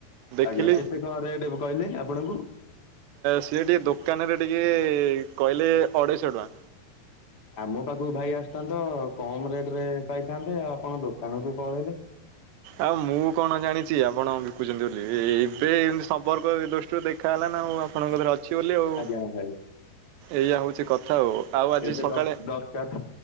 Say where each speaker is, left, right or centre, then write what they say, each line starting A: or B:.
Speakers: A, on the right; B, on the left.
A: ଦେଖିଲି
B: ଆଜ୍ଞା କେତେ କଣ ରେଟ୍ କହିଲେ ଆପଣଙ୍କୁ?
A: ସିଏ ଟିକେ ଦୋକାନରେ ଟିକେ କହିଲେ ଅଢେଇଶହ ଟଙ୍କା।
B: ଆମ ପାଖକୁ ଭାଇ ଆସିଥାନ୍ତ କମ ରେଟ ରେ ପାଇଥାନ୍ତେ ଆପଣ ଦୋକାନ କୁ ପଳେଇଲେ।
A: ଆଉ ମୁଁ କଣ ଜାଣିଛି ଆପଣ ବିକୁଛନ୍ତି ବୋଲି। ଏବେ ଏମତି ସମ୍ପର୍କ ଦୃଷ୍ଟି। ଦେଖା ହେଲା ନା ଆଉ ଆପଣଙ୍କର ଅଛି। ଅଛି ବୋଲି ଆଉ
B: ଆଜ୍ଞା ଭାଇ
A: ଏଇଆ ହେଉଛି କଥା ଆଉ ଆଉ ଆଜି
B: ଏବେ
A: ସକାଳେ।
B: ଦରକାର